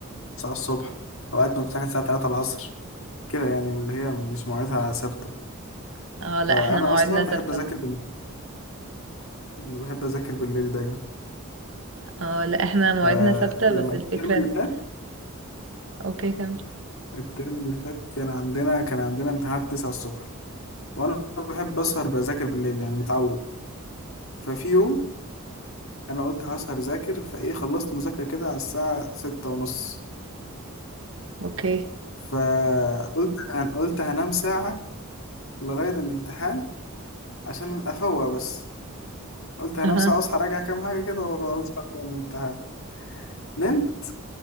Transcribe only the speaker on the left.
9 الصبح اوقات بمتحن الساعة 3 العصر كده يعني من اللي هي مش مواعيدها ثابتة
فانا
اصلا
بحب اذاكر
بالليل بحب اذاكر بالليل دايما
فلما
الترم
اللي
فات
الترم اللي فات كان عندنا كان عندنا امتحانات 9 الصبح وانا بحب اسهر بذاكر بالليل يعني متعود ففي يوم انا قلت هسهر اذاكر فايه خلصت مذاكره كده على الساعه 6 ونص
فقلت هن... قلت هنام ساعه لغايه الامتحان عشان افوق بس قلت هنام
ساعه واصحى راجع كام حاجه كده وانصح في الامتحان نمت